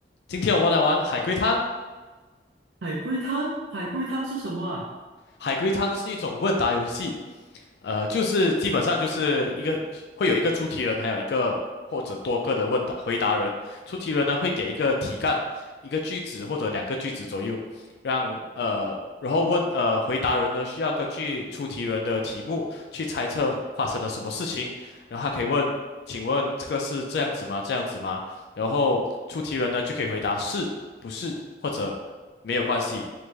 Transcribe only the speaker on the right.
海龟汤，海龟汤是什么啊？